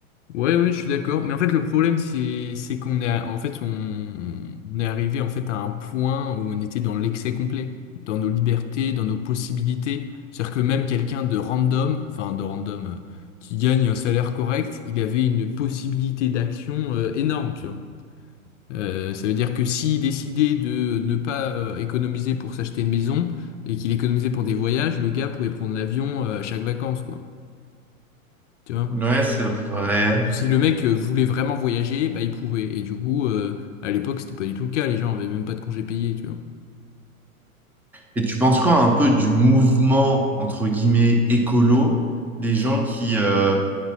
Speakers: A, on the left; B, in the centre.
A: Ouais, ouais, je suis d'accord. Mais en fait, le problème, c'est, c'est qu'on est, à- en fait, on, on est arrivé en fait à un point où on était dans l'excès complet, dans nos libertés, dans nos possibilités. C'est-à-dire que même quelqu'un de random, enfin de random, euh, qui gagne un salaire correct, il avait une possibilité d'action euh, énorme, tu vois. Euh, ça veut dire que s'il décidait de ne pas euh, économiser pour s'acheter une maison et qu'il économisait pour des voyages, le gars pouvait prendre l'avion euh, à chaque vacances, quoi. Tu vois?
B: Ouais, c'est vrai.
A: Si le mec euh, voulait vraiment voyager, bah il pouvait. Et du coup, euh, à l'époque, c'était pas du tout le cas. Les gens avaient même pas de congés payés, tu vois.
B: Et tu penses quoi un peu du mouvement, entre guillemets, écolo, des gens qui, euh,